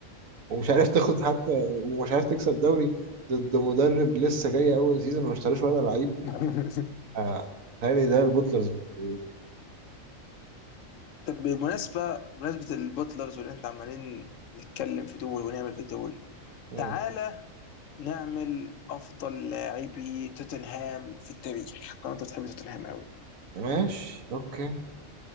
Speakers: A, on the right; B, on the left.
A: ومش عارف تاخد حتى ومش عارف تكسب دوري ضد مدرب لسه جاي اول سيزون وما اشتراش ولا لعيب
B: <laughs>
A: آه، تهيألي ده البوتلرز محتاجين.
B: طب بالمناسبة بمناسبة البوت لافز واللي انت عمالين نتكلم في دول ونعمل في دول
A: مم.
B: تعالى نعمل أفضل لاعبي توتنهام في التاريخ طبعا انت بتحب توتنهام قوي
A: ماشي اوكي